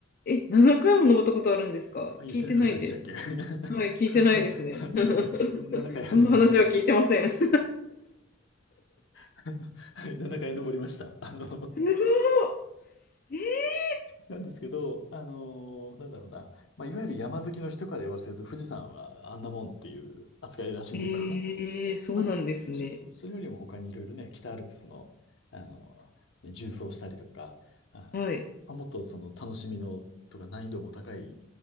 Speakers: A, on the left (about 45°); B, on the left (about 70°).
A: え、7回も登ったことあるんですか聞いてないです。
B: あ、言ってなかったでしたっけ
A: はい、聞いてないですね。
B: <laughs>
A: <laughs>
B: そんな、7回あるんですよ。
A: そんな話は聞いてません。<laughs> す
B: <laughs> はい、7回登りました。あの、
A: ごい。え
B: なんですけど、あの、なんだろうな。まあ、いわゆる山好きの人から言わせると、富士山はあんなもんっていう扱いらしいんですよね。
A: えええそうなんですね。
B: まあ、そそうそう、それよりも他にいろいろね、北アルプスの、あの、ね縦走したりとか、あ、まあもっとその楽しみのとか難易度も高い
A: はい。